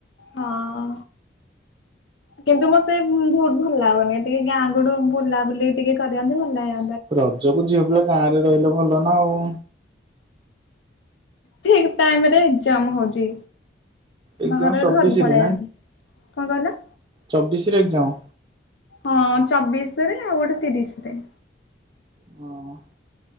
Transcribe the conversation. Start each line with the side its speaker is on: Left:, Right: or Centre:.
Left: ହଁ। କିନ୍ତୁ ମତେ ଭୁ ଭୁ ଭଲ ଲାଗୁନି ଟିକେ ଗାଁ ଗୋଠୁ ବୁଲା ବୁଲି ଟିକେ କରିନ୍ତେ ଭଲ ଲାଗିବ।
Right: ରଜକୁ ଝିଅପିଲା ଗାଁ ରେ ରହିଲେ ଭଲ ନା ଆଉ।
Left: ଠିକ୍ ଟାଇମି ରେ ଏଗ୍ଜାମ୍ ହଉଚି।
Right: ଏକ୍ଜାମ
Left: ବାହାରେ
Right: ଚବିଶରେ
Left: ଘରକୁ ପଳେଇ ଆଇଲି କଣ କହିଲ?
Right: ଚବିଶିରେ ଏଗ୍ଜାମ୍?
Left: ହଁ ଚବିଶିରେ ଆଉ ଗୋଟେ ତିରିଶିରେ।
Right: ହଁ।